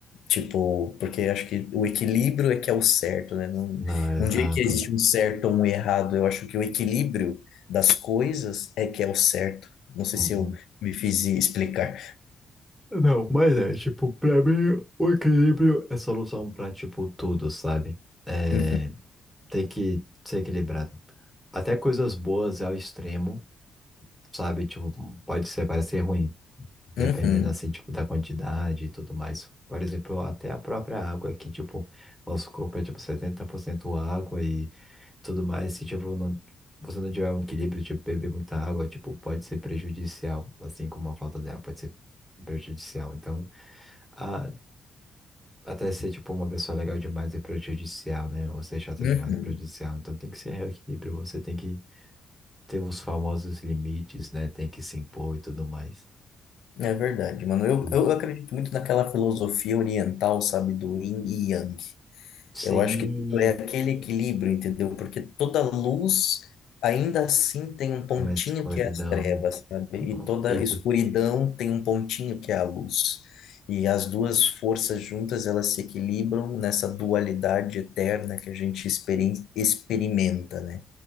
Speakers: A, on the left (about 80°); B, in the centre.
A: Tipo, porque acho que o equilíbrio é que é o certo, né? Não,
B: Não, é
A: não
B: exato.
A: diria que existe um certo ou um errado, eu acho que o equilíbrio das coisas é que é o certo. Não sei
B: Uhum.
A: se eu me fiz explicar.
B: Não, mas é, tipo, pra mim, o equilíbrio É solução pra, tipo, tudo, sabe? É,
A: Uhum,
B: tem que ser equilibrado. Até coisas boas ao extremo. sabe? Tipo, pode ser, parecer ruim, dependendo,
A: uhum,
B: assim, tipo, da quantidade e tudo mais. Por exemplo, até a própria água que, tipo, nosso corpo é, tipo, 70% água e tudo mais. Se, tipo, não, você não tiver um equilíbrio, tipo, beber muita água, tipo, pode ser prejudicial, assim como a falta dela pode ser prejudicial. Então, a, até ser, tipo, uma pessoa legal demais é prejudicial, né? Ou ser chata
A: uhum.
B: demais é prejudicial. Então, tem que ser equilíbrio, você tem que ter os famosos limites, né? Tem que se impor e tudo mais.
A: É verdade, mano. Eu,
B: Uhum.
A: eu acredito muito naquela filosofia oriental, sabe, do yin e yang.
B: Sim,
A: Eu acho que tudo é aquele equilíbrio, entendeu? Porque toda luz ainda assim tem um pontinho
B: uma escuridão.
A: que é as trevas, sabe?
B: Uhum.
A: E toda
B: E tu-
A: escuridão tem um pontinho que é a luz. E as duas forças juntas, elas se equilibram nessa dualidade eterna que a gente experim- experimenta, né?